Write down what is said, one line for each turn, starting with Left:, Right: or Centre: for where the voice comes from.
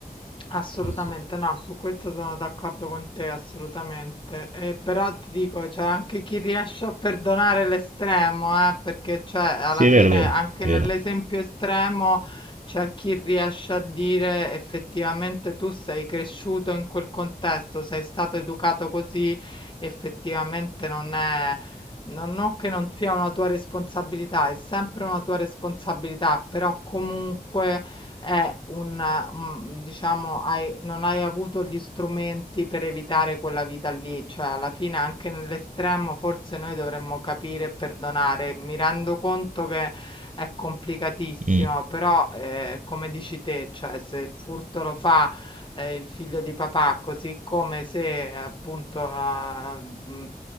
Left: Assolutamente
Right: Eh Sì,
Left: no, su questo sono d'accordo con te, assolutamente. E però ti dico, c'è anche chi riesce a perdonare l'estremo, eh, perché cioè, alla
Right: Sì, è
Left: fine
Right: vero, è vero,
Left: anche
Right: è
Left: nell'esempio
Right: vero.
Left: estremo c'è chi riesce a dire effettivamente tu sei cresciuto in quel contesto, sei stato educato così, effettivamente non è... Non, non che non sia una tua responsabilità, è sempre una tua responsabilità, però comunque è un mhmm, diciamo hai non hai avuto gli strumenti per evitare quella vita lì, cioè alla fine anche nell'estremo forse noi dovremmo capire e perdonare. Mi rendo conto che è complicatissimo,
Right: Mm,
Left: però, ehm, come dici te, cioè se il furto lo fa, ehm, il figlio di papà, così come se appunto, uhm, mhmm,